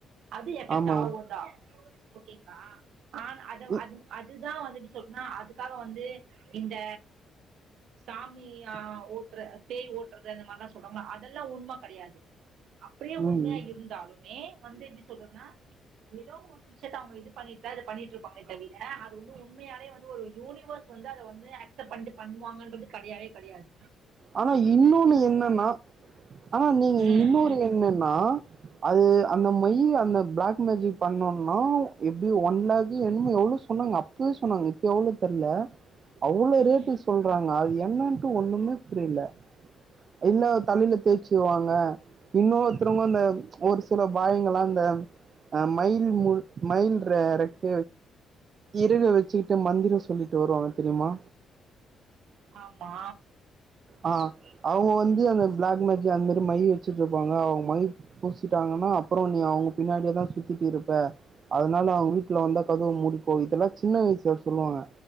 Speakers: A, on the right; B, on the right.
A: அது எடெக்ட்
B: ஆமா
A: ஆவும் தா ஓகேங்களா ஆன் அத
B: இ-
A: அது அது இதுதா வந்துட்டு சொல்னா அதுக்காக வந்து இந்த சாமியா ஓட்டுற பேய் ஓட்டுறது அந்த மாரிலா சொல்றாங்கள்ள அதெல்லா உண்ம கெடையாது அப்டிய
B: ம்
A: உண்மையா இருந்தாலுமே வந்து எப்படி சொல்றத்னா ஏதோ ஒரு விஷயத்த அவங்க இது பண்ண பண்ணட்டு இருப்பாங்களே தவிர அது வந்து உண்மையாலே வந்து ஒரு யூனிவர்ஸ் வந்து அத வந்து ஆக் சப்ட் பண்ணி பண்ணுவாங்கன்றது கடையாவே கடையாது
B: ஆனா இன்னொன்னு என்னன்னா ஆ நீங்க
A: ம்
B: இன்னொரு
A: ம்
B: என்னன்னா அது அந்த மை அந்த பிளாக் மேஜிக் பண்ணோனா எப்படி ஒன் லேக்கு என்னமோ எவ்ளோ சொன்னாங்க அப்பவே சொன்னாங்க இப்போ எவ்ளோ தெர்ல அவ்ளோ
A: ம்
B: ரேட்டு சொல்றாங்க அது என்னன் ன ஒன்னுமே புரில இல்ல தலையில தேய்ச்சுருவாங்க இன்னொருத்தருவங்க அந்த ஒரு சில பாய்ங்களா அந்த அ மைல் மு மைல் இறக்க இறக வச்சுக்கிட்டு மந்திரம் சொல்லிட்டு வருவாங்க தெரியுமா
A: ஆமா
B: ஆ அவங்க வந்து அந்த பிளாக் மேஜிக் அந்த மாரி மை வச்சுட்டு இருப்பாங்க அவங்க மை பூசிட்டாங்கன்னா அப்புற நீ அவங்க பின்னாடியேதா சுத்திட்டு இருப்ப அதனால அவங்க வீட்ல வந்தா கதவு முடிக்கோ இதெல்லா சின்ன வயசுல சொல்லுவாங்க